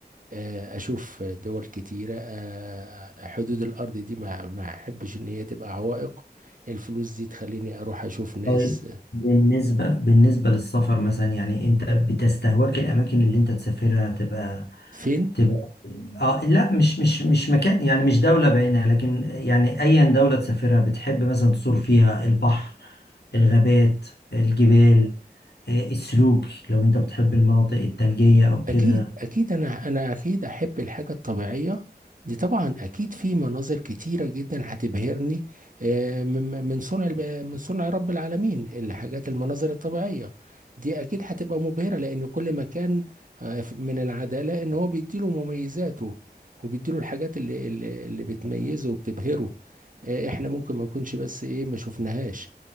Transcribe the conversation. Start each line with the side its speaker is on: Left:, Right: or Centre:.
Right: آه، اشوف دول كتيره آه، حدود الارض دي ما ما احبش ان هي تبقى عوائق الفلوس دي تخليني اروح اشوف ناس
Left: طيب بالنسبة بالنسبة للسفر مثلا يعني انت بتستهواك الاماكن اللي انت تسافرها تبقى
Right: فين
Left: تبقى اه لا مش مش مش مكان يعني مش دولة بعينها لكن يعني أيا دولة تسافرها بتحب مثلا تزور فيها البحر الغابات الجبال آه، السلوك لو أنت بتحب المناطق الثلجية أو كده
Right: اكيد اكيد انا انا اكيد احب الحاجه الطبيعيه دي طبعا اكيد في مناظر كتيره جدا هتبهرني آه، من من صنع الب- من صنع رب العالمين الحاجات المناظر الطبيعيه دي اكيد هتبقى مبهره لان كل مكان آه، من العداله ان هو بيديله مميزاته وبيديله الحاجات اللي اللي اللي بتميزه وبتبهره آه، احنا ممكن ما نكونش بس ايه ما شفناهاش